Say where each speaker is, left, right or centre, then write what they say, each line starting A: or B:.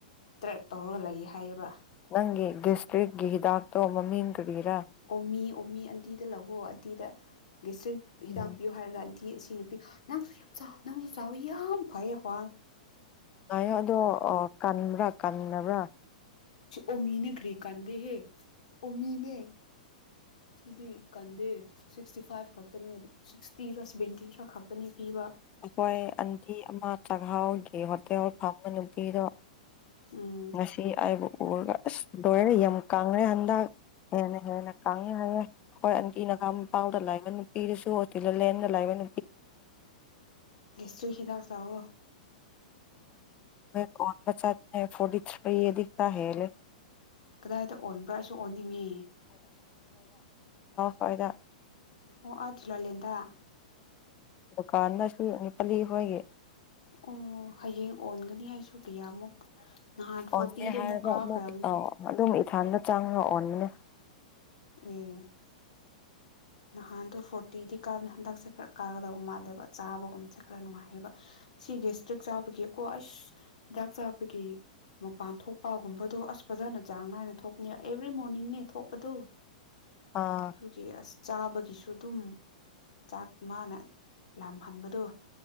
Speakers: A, on the left (about 70°); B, on the left (about 30°).
A: ꯇ꯭ꯔꯦꯛ ꯇꯧꯔꯒ ꯂꯩꯌꯦ ꯍꯥꯏꯌꯦꯕ
B: ꯅꯪꯒꯤ ꯒꯦꯁꯇ꯭ꯔꯤꯛꯀꯤ ꯍꯤꯗꯥꯛꯇꯣ ꯃꯃꯤꯡ ꯀꯔꯤꯔꯥ
A: ꯑꯣꯃꯤ ꯑꯣꯃꯤ ꯑꯟꯇꯤꯗ ꯂꯧꯕꯣ ꯑꯇꯤꯗ ꯒꯁꯇ꯭ꯔꯤꯛ ꯍꯤꯗꯥꯛꯄꯤꯤꯌꯨ
B: ꯎꯝ
A: ꯍꯥꯏꯔꯒ ꯑꯁꯤ ꯅꯨꯄꯤ ꯅꯪꯁꯨ ꯌꯥꯝ ꯆꯥꯎ ꯅꯪꯁꯨ ꯆꯥꯎꯋ ꯌꯥꯝ ꯐꯩꯌꯦ ꯍ꯭ꯋꯥꯡ
B: ꯑꯌꯦꯣ ꯑ ꯀꯟ꯭ꯔꯛ ꯀꯟꯅꯕ꯭ꯔꯥ
A: ꯑꯣꯃꯤꯅꯦꯒ꯭ꯔꯤꯛ ꯀꯗ ꯍꯦ ꯑꯣꯃꯤꯅꯦ ꯁꯤꯗꯤ ꯀꯟꯗꯦ ꯁꯤꯛꯁꯇꯤ ꯐꯥꯏꯚ ꯈꯛꯇꯅꯦ ꯁꯤꯛꯁꯇꯤꯔ ꯁꯚꯦꯟꯇꯤ ꯈꯔ ꯈꯛꯇꯅꯦ ꯄꯤꯕ
B: ꯑꯩꯈꯣꯏ ꯑꯟꯇꯤ ꯑꯃ ꯆꯥꯛꯍꯥꯎꯒꯤ ꯍꯣꯇꯦꯜ ꯐꯝꯕ ꯅꯨꯄꯤꯗꯣ
A: ꯎꯝ
B: ꯉꯁꯤ ꯍꯥꯏꯕꯨ ꯎꯔ ꯑꯁ ꯂꯔꯦ ꯌꯥꯝ ꯀꯉꯦ ꯍꯟꯗꯛ ꯍꯦꯟꯅ ꯍꯦꯟꯅ ꯀꯥꯡꯉꯦ ꯍꯥꯏꯥꯡꯉꯦ ꯍꯣꯏ ꯑꯟꯇꯤꯅꯒ ꯄꯥꯎꯗ ꯂꯩꯥꯏꯕꯅꯤ ꯏꯁꯨꯒꯤꯂꯦ ꯅꯅꯂꯥꯏꯦꯟ
A: ꯁꯇ꯭ꯔꯤ ꯍꯈꯤꯗꯥꯥꯛ ꯆ ꯑꯣꯣ
B: ꯀꯣꯟ ꯆ ꯐ ꯌꯦꯗꯤ ꯆꯍ
A: ꯀꯗꯥꯏꯗ ꯑꯣꯟꯕ꯭ꯔꯥ ꯑꯩꯁꯨ ꯑꯣꯟꯅꯤꯡꯉꯤ
B: ꯐꯥꯏꯗ
A: ꯑꯣ ꯑꯖꯨ ꯂ ꯂꯩꯗ
B: ꯗꯨꯀꯥꯟꯗ ꯁꯤꯅꯤꯄꯥꯂꯤ ꯑꯩꯈꯣꯏꯒꯤ
A: ꯑꯣ ꯍꯌꯦꯡ ꯑꯣꯟꯒꯅꯤ ꯑꯩꯁꯨ ꯀꯌꯥꯃꯨꯛ ꯅꯍꯥꯟ
B: ꯑꯣꯟꯗꯦ
A: ꯐꯣꯔꯇꯤꯗꯤ
B: ꯍꯔꯗꯨꯛ
A: ꯑꯃꯨꯛ ꯀꯥꯈ꯭ꯔꯕꯅꯤ
B: ꯑ ꯑꯗꯨ ꯑꯗꯨꯝ ꯏꯊꯥꯟꯗ ꯆꯥꯡꯅ ꯑꯩꯅ
A: ꯎꯝ ꯅꯍꯥꯟꯗꯣ ꯐꯣꯔꯇꯤꯗꯤ ꯀꯥꯕꯅꯤ ꯍꯟꯗꯛꯁꯦ ꯈꯔ ꯀꯥꯒꯗꯕ ꯃꯥꯜꯂꯦꯕ ꯆꯥꯕꯒꯨꯝꯕꯁꯦ ꯈꯔ ꯅꯨꯡꯉꯥꯏꯌꯦꯕ ꯁꯤꯒꯤ ꯏꯁꯇ꯭ꯔꯤꯛ ꯆꯥꯕꯒꯤꯀꯣ ꯑꯁ ꯍꯤꯗꯥꯛ ꯆꯥꯕꯒꯤ ꯃꯄꯥꯟ ꯊꯣꯛꯄꯒꯨꯝꯕꯗꯣ ꯑꯁ ꯐꯖꯅ ꯆꯥꯡ ꯅꯥꯏꯅ ꯊꯣꯛꯅꯤ ꯑꯦꯕ꯭ꯔꯤ ꯃꯣꯔꯅꯤꯡꯅꯦ ꯊꯣꯛꯄꯗꯨ
B: ꯑꯥ
A: ꯊꯒꯤ ꯑꯁ ꯆꯥꯕꯒꯤꯁꯨ ꯑꯗꯨꯝ ꯆꯥꯛ ꯃꯥꯅ ꯂꯥꯝꯍꯟꯕꯗꯣ